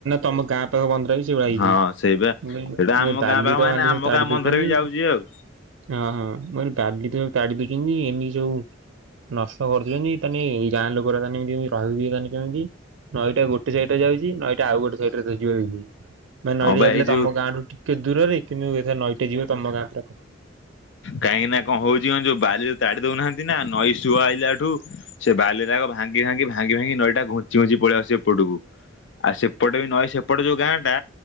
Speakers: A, on the right; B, on the left.
A: ତମ ଗାଁ ପାଖ ମନ୍ଦିର ବି ସେଇଭଳିଆ ହେଇଛି
B: ହଁ ସେଇବା
A: ମୁଁ କହିଲି
B: ସେଇଟା
A: ମୁ
B: ଆମ
A: ବାଲି
B: ଗାଁ ପାଖ
A: ତ
B: ମାନେ
A: ବାଲି
B: ଆମ
A: ତାଡି
B: ଗାଁ
A: ଦୋଉଚନ୍ତି
B: ବନ୍ଧରେ ବି ଯାଉଛି ଆଉ
A: ହଁ ହଁ ମୁଁ କହିଲି ବାଲି ତ ସବୁ ତାଡି ଦୋଉଛନ୍ତି ଏମିତି ସବୁ ନଷ୍ଟ କରୁଚନ୍ତି ତାହେନେ ଏଇ ଗାଁ ଲୋକରା ମାନେ କେମିତି ରହିବି ମାନେ କେମିତି ନଈଟା ଗୋଟେ ସାଇ ଯାଇଚି ନଈଟା ଆଉ ଗୋଟେ ସାଇଡରେ ରହିଯିବ <unintelligible> ମାନେ ନଈଟ
B: ହଁ
A: ଯାଇଥିଲେ
B: ବା ଏଇ ଯୋଉ
A: ତମ ଗାଁଠ ଟିକେ ଦୂରରେ କିନ୍ତୁ ଏଥର ନଈଟା ଯିବ ତମ ଗାଁ ପୁରା
B: କାହିଁକିନା କଣ ହୋଉଚି କଣ ହୋଉଚି କହନି ଯୋଉ ବାରିରୁ କାଢି ଦୋଉନାହାନ୍ତି ନା ନଈ ସୁୁଅ ଆଇଲାଠୁ ସେ ବାଲିରାକ ଭା ଭାଙ୍ଗି ଭାଙ୍ଗି ଭାଙ୍ଗି ଭାଙ୍ଗି ନଈଟା ଘୁଞ୍ଚି ଘୁଞ୍ଚି ପଳି ଆସିବ ଏପଟକୁ। ଆଉ ସେପଟେ ବି ନଇ ସେପଟ ଯୋଉ ଗାଁଟା